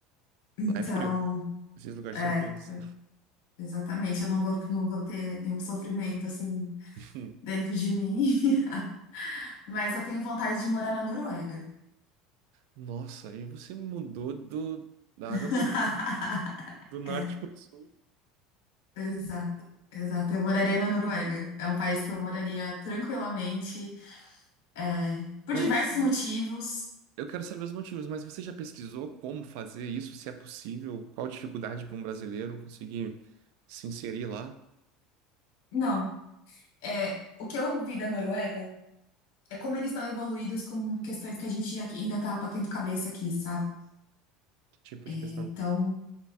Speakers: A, on the left; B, on the right.
A: então,
B: Lá é frio. Esses lugares
A: é,
B: são frios.
A: sabe, exatamente. Eu não vou, não vou ter nenhum sofrimento, assim,
B: <laughs>
A: dentro de mim. <laughs> Mas eu tenho vontade de morar na Noruega.
B: Nossa, aí você mudou do, da
A: <laughs>
B: água pro vinho, do norte
A: É,
B: pro sul.
A: exato. Exato, eu moraria na Noruega. É um país que eu moraria tranquilamente, é, por
B: Mas
A: diversos
B: você,
A: motivos.
B: eu quero saber os motivos, mas você já pesquisou como fazer isso, se é possível, qual a dificuldade para um brasileiro conseguir se inserir lá?
A: Não. É, o que eu vi da Noruega é como eles estão evoluídos com questões que a gente já- ainda tá batendo cabeça aqui, sabe?
B: Que tipo
A: É,
B: de questão?
A: então,